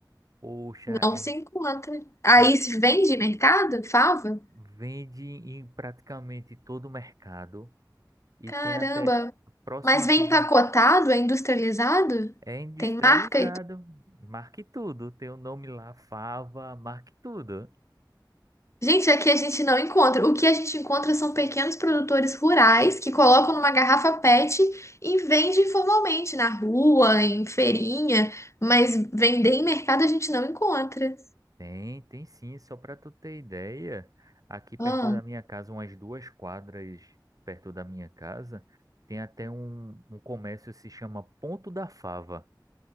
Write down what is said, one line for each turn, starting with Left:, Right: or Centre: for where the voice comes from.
Right: Poxa,
Left: não
Right: é-
Left: se encontra. Aí
Right: é-
Left: se vende mercado, fava?
Right: vende em praticamente todo o mercado e
Left: Caramba.
Right: tem até próximo
Left: Mas
Right: aqui
Left: vem empacotado,
Right: da.
Left: é industrializado?
Right: É industrializado.
Left: Tem marca?
Right: Marque tudo. Tem o nome lá, fava, marque tudo.
Left: Gente, aqui a gente não encontra. O que a gente encontra são pequenos produtores rurais que colocam numa garrafa PET e vendem informalmente na rua, em feirinha, mas vender em mercado a gente não encontra.
Right: Tem, tem sim, só para tu ter ideia, aqui perto
Left: Ah,
Right: da minha casa, umas duas quadras perto da minha casa, tem até um, um comércio que se chama Ponto da Fava,